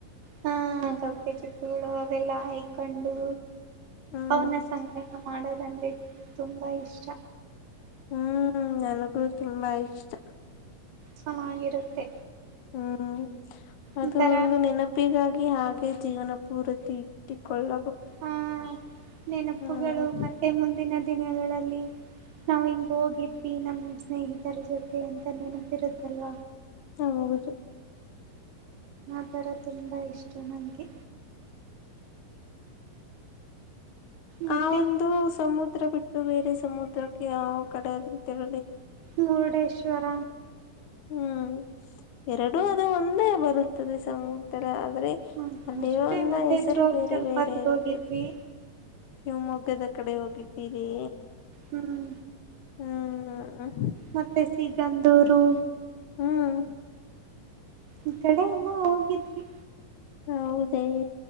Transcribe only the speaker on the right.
ಹಾ ಕಪ್ಪೆ ಚಿಪ್ಪುಗಳು ವಲ್ಲಯ ಕಂಡು
ಅವನ ಸಂತ ಮಾಡೋದಂದ್ರೆ ತುಂಬಾ ಇಷ್ಟ
ಚೆನ್ನಾಗಿರುತ್ತೆ
ಒಂಥರ
ಹ ನೆನಪುಗಳು
ಮತ್ತೆ ಮುಂದಿನ ದಿನಗಳಲ್ಲಿ ನಾವ ಹೋಗಿದ್ಿ ನಮ್ಮ ಸ್ನೇಹಿತ ರ ಜೊತೆ ಅಂತ ನನ ತಿರುತಲ್ಲ.
ಈ ತರ ತುಂಬಾ ಇಷ್ಟ, ಚನ್ನಗೆ ಮತ್ತೆ
ಮುರುಡೇಶ್ವರ
ಹ್ಮ್
ಅಷ್ಟೇ
ಮತ್ತೆ
ಜೋಗ್
ಜಲಪಾತಕ್ಕೆ
ಹೋಗಿದ್ವಿ
ಹ್ಮ್,
ಮತ್ತೆ ಸಿ ತಂದೂರು
ಈ ಕಡೆ ಎಲ್ಲ ಹೋಗಿದ್ವಿ